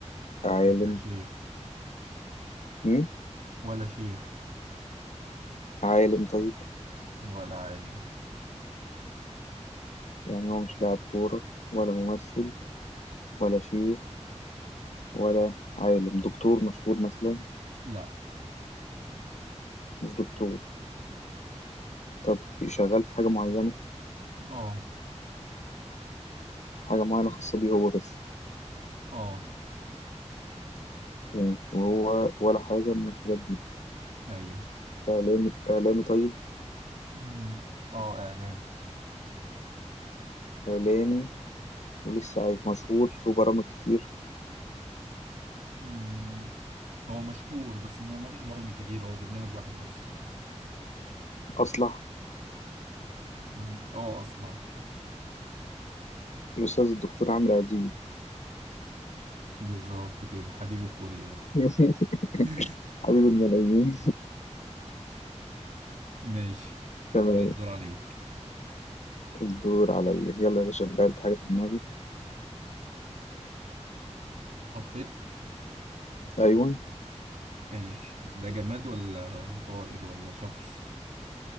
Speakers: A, on the left; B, on the right.
A: عالم
B: لا شيخ
A: مم؟
B: ولا شيخ
A: عالم طيب
B: ولا عالم
A: يعني هو مش لاعب كورة ولا ممثل ولا شيخ ولا عالم دكتور مشهور مثلا
B: لا
A: مش دكتور طب شغال في حاجة معينة
B: اه
A: حاجة معينة خاصة بيه هو بس
B: اه
A: مم. وهو ولا حاجة من الحاجات دي
B: ايوه
A: إعلامي إعلامي طيب
B: مم. اه اعلام
A: إعلامي ولسه عايش مشهور له برامج كتير
B: مم. هو مشهور بس ما ماليش برامج كتير هو برنامج واحد بس
A: أصلح
B: مم. اه اصلا
A: الأستاذ الدكتور عمرو أديب
B: بالظبط كده حبيب الكل ده
A: <laughs>
B: <laughs>
A: حبيب الملايين
B: ماشي
A: <laughs> تمام
B: كده الدور عليك
A: الدور عليا يلا يا باشا غيرت حاجة في دماغي
B: حطيت
A: أيوة
B: ماشي ده جماد ولا طائر ولا شخص